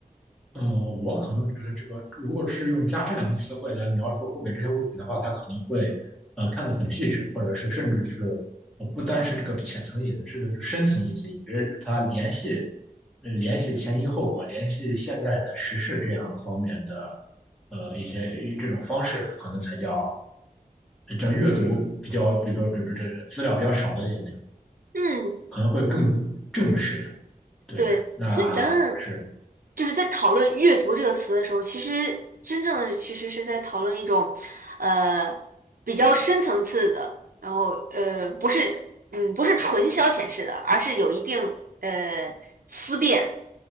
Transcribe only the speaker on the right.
嗯，
对，
所以咱们就是在讨论阅读这个词的时候，其实真正的其实是在讨论一种，呃，比较深层次的，然后呃，不是，嗯，不是纯消遣式的，而是有一定呃思辨，